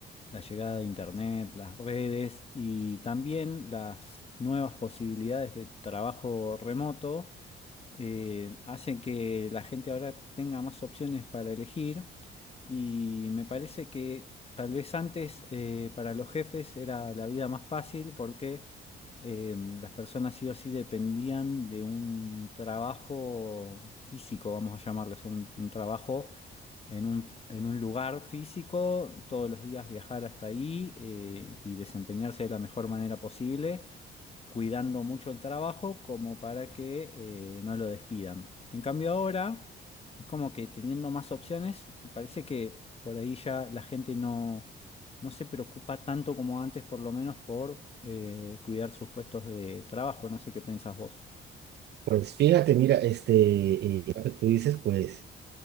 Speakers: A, on the left; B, on the right.
A: la llegada de Internet, las redes y también las nuevas posibilidades de trabajo remoto eh, hacen que la gente ahora tenga más opciones para elegir y me parece que tal vez antes eh, para los jefes era la vida más fácil porque eh, las personas sí o sí dependían de un trabajo físico, vamos a llamarlo, o sea, un, un trabajo en un, en un lugar físico, todos los días viajar hasta ahí eh, y desempeñarse de la mejor manera posible cuidando mucho el trabajo como para que eh, no lo despidan. En cambio ahora es como que teniendo más opciones, me parece que por ahí ya la gente no, no se preocupa tanto como antes, por lo menos por eh, cuidar sus puestos de trabajo. No sé qué pensás vos.
B: Pues fíjate, mira, este, eh, lo que tú dices, pues,